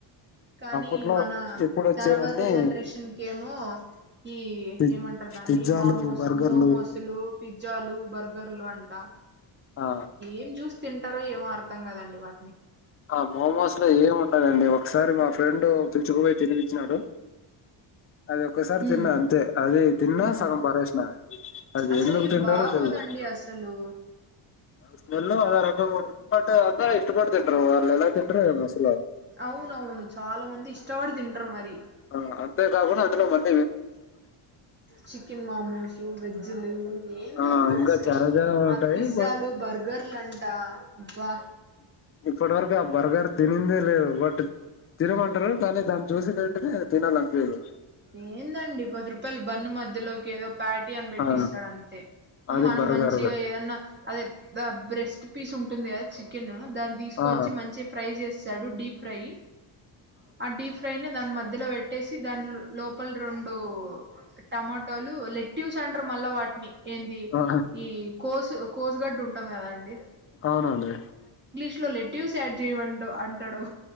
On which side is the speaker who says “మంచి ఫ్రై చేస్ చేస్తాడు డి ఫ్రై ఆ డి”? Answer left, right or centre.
Right